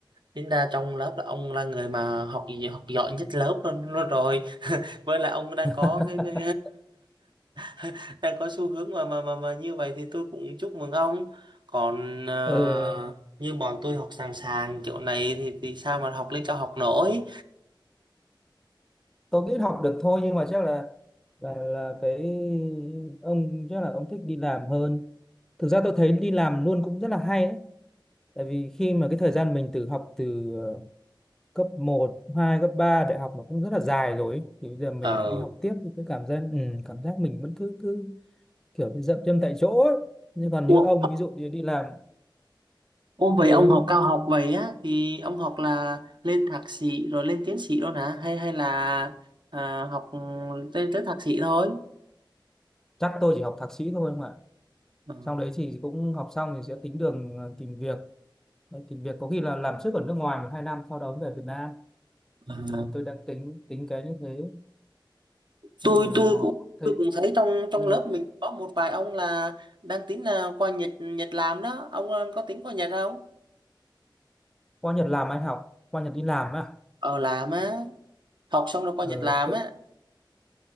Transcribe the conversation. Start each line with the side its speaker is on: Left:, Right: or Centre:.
Right: tính ra trong lớp là ông là người mà học gì học giỏi nhất lớp luôn, luôn rồi với lại ông đang có
Centre: <laughs>
Right: cái, cái <laughs> đang có xu hướng mà mà mà mà như vậy thì tôi cũng chúc mừng ông còn à,
Centre: Ừ,
Right: như bọn tôi học sàng sàng kiểu này thì thì sao mà học lên cao học nổi
Centre: tôi nghĩ học được thôi nhưng mà chắc là là là cái ông chắc là ông thích đi làm hơn. Thực ra tôi thấy đi làm luôn cũng rất là hay đấy. Tại vì khi mà cái thời gian mình từ học từ ờ, cấp một, hai, cấp ba đại học nó cũng rất là dài rồi ấy. Thì bây giờ mình
Right: ờ
Centre: lại đi học tiếp thì cái cảm giác ừ, cảm giác mình vẫn cứ cứ kiểu như dậm chân tại chỗ ấy. Nhưng còn
Right: Ủa,
Centre: như ông ví dụ như đi làm
Right: ủa vậy
Centre: ừ,
Right: ông học cao học vậy á thì ông học là lên thạc sĩ rồi lên tiến sĩ luôn hả hay hay là à, học tới, tới thạc sĩ thôi
Centre: chắc tôi chỉ học thạc sĩ thôi không ạ.
Right: Ờ,
Centre: Sau đấy thì cũng học xong thì sẽ tính đường ờ, tìm việc. Đấy, Tìm việc có khi là làm trước ở nước ngoài một hai năm sau đó về Việt Nam.
Right: ờ.
Centre: Thì tôi đang tính tính cái như thế nhưng
Right: tôi
Centre: mà
Right: tôi cũng
Centre: thấy
Right: tôi cũng thấy trong trong
Centre: ừ.
Right: lớp mình có một vài ông là đang tính là qua Nhật Nhật làm đó ông ờ, có tính qua Nhật không
Centre: qua Nhật làm ai học qua Nhật đi làm à
Right: ờ làm á học xong rồi qua
Centre: ừ,
Right: Nhật làm
Centre: tôi-
Right: á